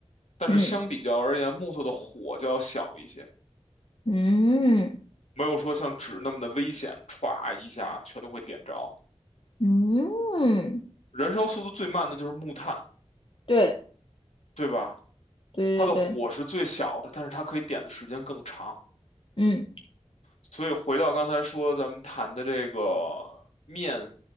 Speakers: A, on the left (about 80°); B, on the left (about 50°).
A: 但是相比较而言，
B: 嗯
A: 木头的火就要小一些，
B: 嗯
A: 没有说像纸那么的危险，歘一下全都会点着。
B: 嗯，
A: 燃烧速度最慢的就是木炭，
B: 对
A: 对吧？
B: 对对对，
A: 它的火是最小的，但是它可以点的时间更长。
B: 嗯
A: 所以回到刚才说咱们谈的这个面